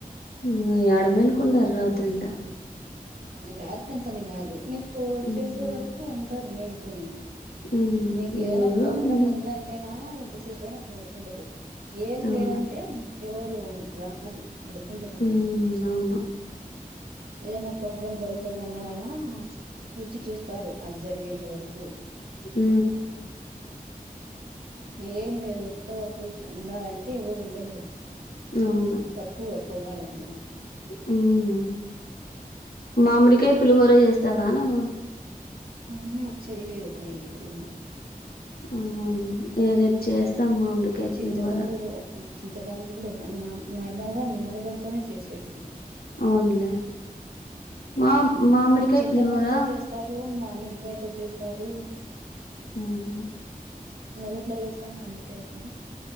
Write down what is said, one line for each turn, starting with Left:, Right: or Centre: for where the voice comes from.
Left: ఉమ్ యాడ మైల్కండారు రాత్రంతా
Right: రాత్ర అంత న కాదు న
Left: ఉమ్
Right: చేసే వరకు ఉంటారు మేల్ కుని
Left: ఉమ్
Right: నీకు ఏదైనా
Left: ఎవరో
Right: ప్రోగ్రామ్
Left: ఉండేది
Right: ఉందంటే నా ఎంతసే మేల్కుండరు ఏం
Left: అవును
Right: లేదంటే ఎవరు రారు పడుకంటరంద
Left: ఉమ్ అవును
Right: ఏదన్న ప్రోగ్రాం జరుగుతుంది అన్నాగాన్నా వచ్చి చూస్తారు అది జరిగేంత వరకు
Left: ఉ
Right: ఏం లేదు ఒత్తగా పోయి ఉండాలంటే ఎవరు ఉండలేరు
Left: అవును
Right: తక్కువ పోవాలంటే నట
Left: అవును అ మామిడికాయ పులిహోర చేస్తావా నువ్వు?
Right: ఆహ, చేయలేదుక్క ఎప్పుడు
Left: ఆ వే చేస్తాం మామిడికాయ
Right: చింతపండు
Left: పలిహోర
Right: చింతపండుది కూడా నార్మల్ గా నిమ్మరసంతోనే చేసేది
Left: అవునులే మా మామిడికాయ
Right: చింతపడుతో
Left: పులిహోర
Right: చేస్తారు మామిడి ల చేస్తారు
Left: మ్
Right: అవెట్ల చేస్తావు మామిడికాయతో?